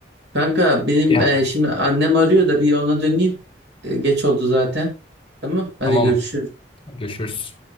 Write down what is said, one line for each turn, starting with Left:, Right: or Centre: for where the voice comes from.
Right: Kanka benim
Left: Ya
Right: e, şimdi annem arıyor da bir ona döneyim. E, geç oldu zaten. Tamam hadi
Left: tamam
Right: görüşürüz.
Left: görüşürüz.